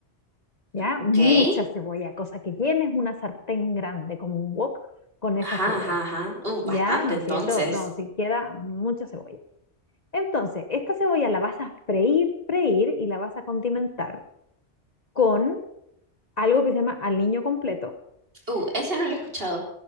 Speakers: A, on the left; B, on the right.
A: ¿Ya?
B: Ok.
A: Mucha cebolla, cosa que llenes una sartén grande como un wok con esa
B: Ajá,
A: cebolla.
B: ajá, ajá. Uh, bastante
A: ¿Ya? No,
B: entonces.
A: si esto, no, si queda mucha cebolla. Entonces, esta cebolla la vas a freír, freír y la vas a condimentar con algo que se llama aliño completo.
B: Uh, ese no lo he escuchado.